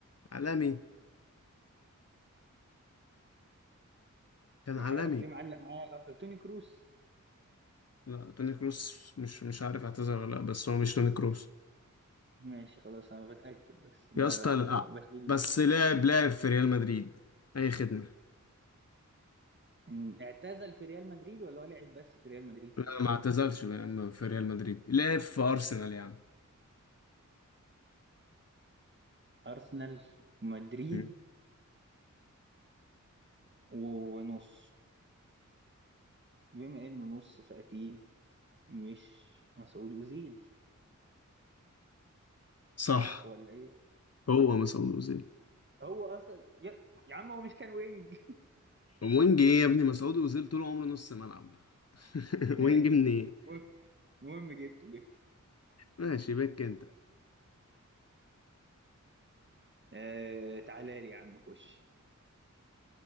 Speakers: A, on the left; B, on the right.
A: عالمي كان
B: انا
A: عالمي
B: مش عارف ليه معلق معايا أه، توني كروس
A: لا توني كروس مش مش عارف اعتذر ولا لا بس هو مش توني كروس
B: ماشي خلاص انا بتأكد بس ب...
A: يا اسطى لا
B: بشيل
A: بس لعب لعب في ريال مدريد اي خدمة
B: إن اعتزل في ريال مدريد ولا هو لعب بس في ريال مدريد
A: لا ما اعتزلش يا عم في ريال مدريد لعب في ارسنال يا عم
B: ارسنال ومدريد
A: مم.
B: ونص بما انه نص فاكيد مش مسعود اوزيل
A: صح
B: صح ولا ايه
A: هو مسعود اوزيل
B: هو اصلا يا, يا عم هو مش كان وينج
A: وينج ايه يا ابني مسعود اوزيل طول عمره نص ملعب <laughs>
B: ماشي.
A: وينج منين
B: المهم المهم جبته جبته
A: ماشي بك انت
B: آه... تعالى لي يا عم خش